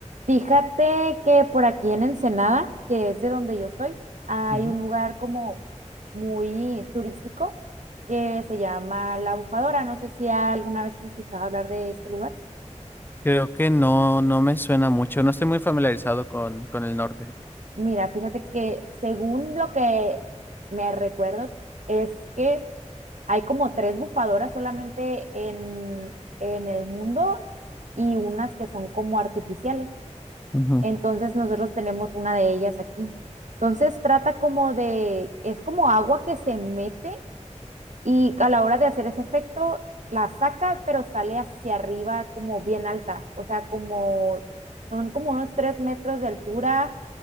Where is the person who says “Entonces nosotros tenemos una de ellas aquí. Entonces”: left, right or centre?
Right